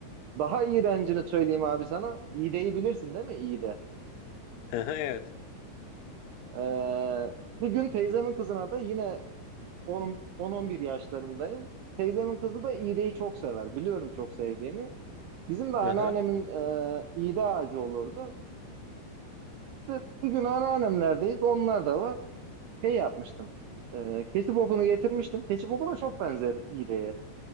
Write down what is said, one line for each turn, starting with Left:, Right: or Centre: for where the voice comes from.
Right: Daha iğrencini söyleyeyim abi sana. İğdeyi bilirsin değil mi? İğde.
Left: Evet.
Right: E, bir gün teyzemin kızına da yine onun 10-11 yaşlarındayım. Teyzemin kızı da iğdeyi çok sever. Biliyorum çok sevdiğini. Bizim de
Left: Hı
Right: anneannemin
Left: <laughs>
Right: e, iğde ağacı olurdu. İşte bir gün anneannemlerdeyiz. Onlar da var. şey yapmıştım. E, keçi bokunu getirmiştim. Keçi bokuna çok benzer iğneye.